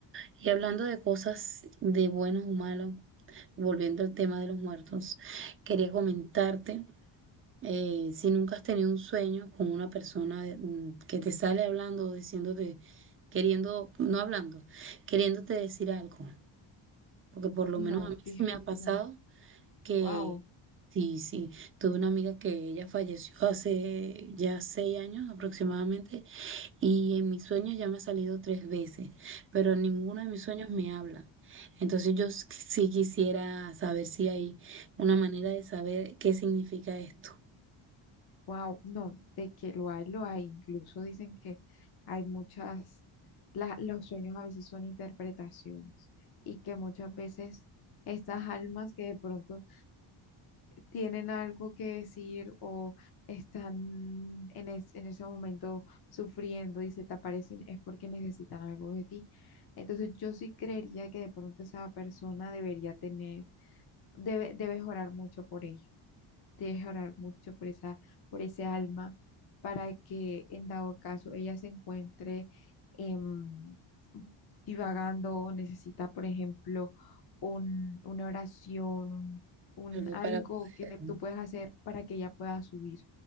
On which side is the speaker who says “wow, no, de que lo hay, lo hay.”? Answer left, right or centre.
Left